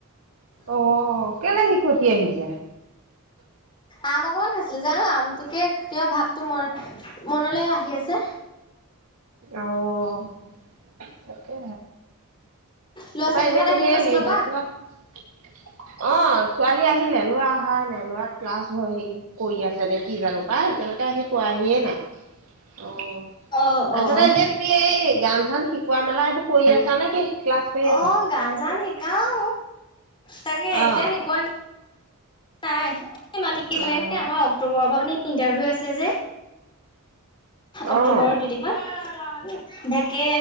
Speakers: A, on the right; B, on the left.
A: অ, কেনে শিকটি আহিছে।
B: আম অকমান জানো আম তোকে কিবা ভাৱটো ম মনলৈ আহি আছে।
A: অহ, তাকে
B: ল'ৰা
A: তাৰপা
B: ছোৱালীহঁত
A: এনেই
B: আহিলে
A: তুমি
B: নে স্কুলৰ
A: মিউজিক
B: পৰা?
A: অ, ছোৱালী অহ, ছোৱালী আহি নেলোৱা হয় নেলোৱাক। ক্লাছ হে কৰি আছে নে কি জানো পাই এতিালকে আহি পোৱাহিয়ে নাই। অ,
B: অ',
A: তাৰপিছতে
B: অ'।
A: এনেই তুমি এই গান চান। শিকোৱা মেলা সেইোৰ কৰি আছা নে কি ক্লাছ কৰি আছা?
B: অ, গান চান শিকাও তাকে এতিয়া
A: অ',
B: শিকোৱা নাই। নাই ম কি
A: অ',
B: আমাৰ অক্টোবৰৰ পৰা মানে ইণ্টাৰভিউ আছে যে। অক্টোবৰৰ
A: অ'।
B: <inaudible> তাকে